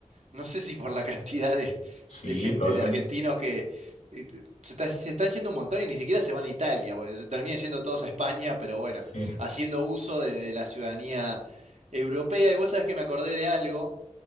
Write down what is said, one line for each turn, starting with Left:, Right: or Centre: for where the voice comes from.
Right: No sé si por la <laughs> cantidad de,
Left: Sí,
Right: de gente,
Left: probablemente.
Right: de argentinos que eh, te- se está, se está yendo un montón y ni siquiera se van a Italia, güey, se terminan yendo todos a España, pero bueno,
Left: Sí.
Right: haciendo uso de, de la ciudadanía europea. Y vos sabés que me acordé de algo